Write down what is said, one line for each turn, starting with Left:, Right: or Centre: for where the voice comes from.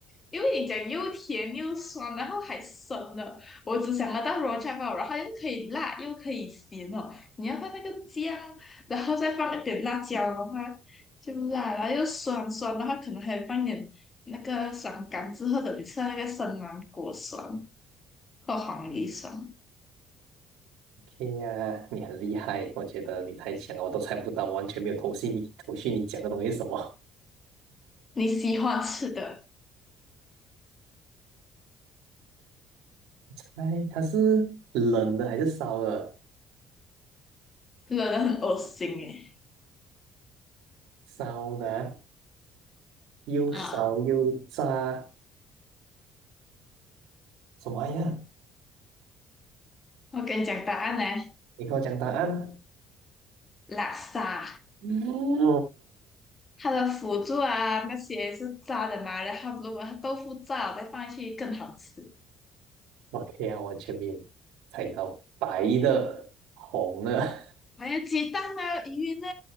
Left: 因为你讲又甜又酸，然后还生的。我只想得到 raw java，然后又可以辣又可以咸哦。你要放那个姜，然后再放一点辣椒的话，就辣，然后又酸酸的话，可能还放一点那个酸柑之或者你吃到那个生芒果酸或黄梨酸。
Right: 哎呀，你很厉害，我觉得你太强了，我都猜不到，完全没有头绪你头绪你讲的东西是什么？
Left: 你喜欢吃的，
Right: <laughs> 猜它是冷的还是烧的？
Left: 惹人很恶心诶。
Right: 烧的啊又烧又炸，
Left: 啊，
Right: 什么呀？
Left: 我跟你讲答案呢，
Right: 你跟我讲答案。
Left: 拉萨。
Right: 嗯
Left: 它的辅助啊那些是炸的嘛，然后如果它豆腐炸了再放进去更好吃。
Right: ，OK 啊，完全没有猜到，白的、红的
Left: 还有鸡蛋啊、鱼呢、